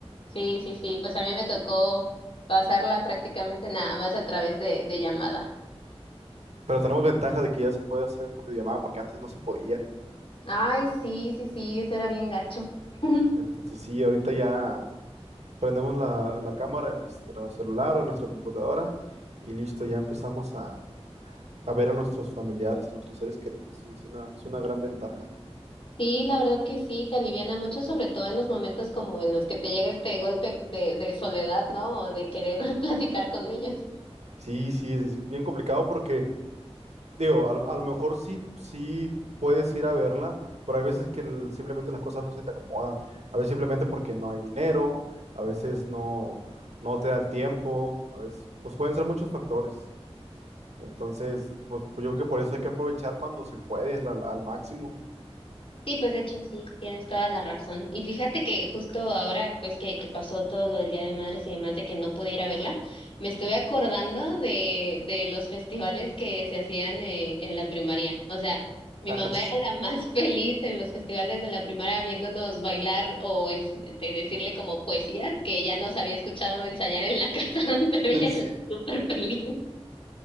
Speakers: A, on the left; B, on the right.
A: Sí, sí, sí, pues a mí me tocó pasarla prácticamente nada más a través de, de llamada.
B: Pero tenemos ventaja de que ya se puede hacer con videollamada porque antes no se podía.
A: Ay, sí, sí, sí, eso era bien gacho. <laughs>
B: Entonces sí, ahorita ya prendemos la, la cámara en nuestro celular o en nuestra computadora y listo, ya empezamos a, a ver a nuestros familiares, a nuestros seres queridos. Sí, es una, es una gran ventaja.
A: Sí, la verdad que sí, te aliviana mucho, sobre todo en los momentos como en los que te llega este golpe de, de soledad, ¿no? O de querer <laughs> platicar con ellos.
B: Sí, sí, es bien complicado porque Digo, a, lo a lo mejor sí, sí puedes ir a verla, pero hay veces que el- simplemente las cosas no se te acomodan. A veces simplemente porque no hay dinero, a veces no, no te da el tiempo, a veces, pues pueden ser muchos factores. Entonces, pues, pues yo creo que por eso hay que aprovechar cuando se puede, la- la- al máximo.
A: Sí, pues de hecho sí, tienes toda la razón. Y fíjate que justo ahora, pues que, que pasó todo lo del Día de Madres y demás de que no pude ir a verla, me estuve acordando de, de los festivales que se hacían eh, en la primaria. O sea, mi
B: <laughs>
A: mamá era la más
B: Ah,
A: <laughs> feliz en los festivales de la primaria viéndonos bailar o en- este, decirle como poesías que ya nos había escuchado ensayar en la casa, <laughs> pero ella
B: Sí, sí.
A: súper feliz.